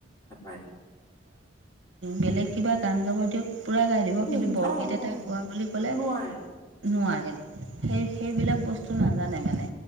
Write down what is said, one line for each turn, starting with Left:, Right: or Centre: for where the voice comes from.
Left: নাপায়।
Right: বেলেগ কিবা গান গাব দিয়ক পূৰা গাই দিব
Left: উম,
Right: কিন্তু বৰগীত
Left: অ',
Right: এটা
Left: অ',
Right: কোৱা বুলি ক'লে
Left: নোৱাৰে,
Right: নোৱাৰে সেই সেইবিলাক বস্তু নাজানে মানে।